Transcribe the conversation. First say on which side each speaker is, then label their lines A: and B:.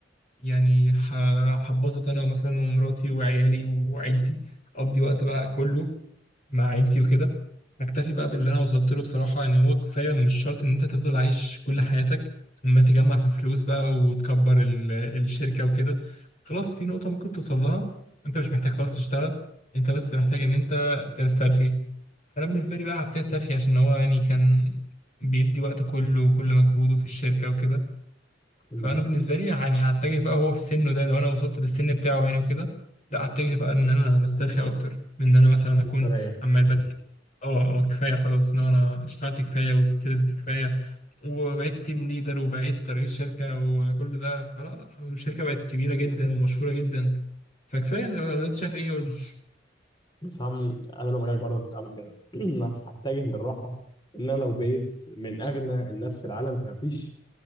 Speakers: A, on the left; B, on the left.
A: يعني ه- هتبسط أنا مثلا ومراتي وعيالي وعيلتي أقضي وقت بقى كله مع عيلتي وكده اكتفي بقى باللي انا وصلت له بصراحه يعني هو كفايه مش شرط ان انت تفضل عايش كل حياتك عمال تجمع في فلوس بقى وتكبر ال- الشركه وكده خلاص في نقطه ممكن توصل لها انت مش محتاج خلاص تشتغل انت بس محتاج ان انت تسترخي انا بالنسبه لي بقى هبتدي استرخي عشان هو يعني كان بيدي وقته كله وكل مجهوده في الشركه وكده
B: مم.
A: فانا بالنسبه لي يعني هتجه بقى هو في سنه ده لو انا وصلت للسن بتاعه يعني وكده لا هتجه بقى ان انا مسترخي اكتر من ان انا مثلا
B: تستريح
A: اكون عمال بدي اه اه كفايه خلاص ان هو انا اشتغلت كفايه وستريسد كفايه وبقيت تيم ليدر وبقيت رئيس شركه وكل ده فلا لا الشركه بقت كبيره جدا
B: <laughs>
A: ومشهوره جدا فكفايه لو لو انت شايف ايه قول لي <laughs>
B: بس هم انا لو مكانك برضه كنت عامل كده <clears throat> أنا هتجه للراحة ان انا لو بقيت من اغنى الناس في العالم فمفيش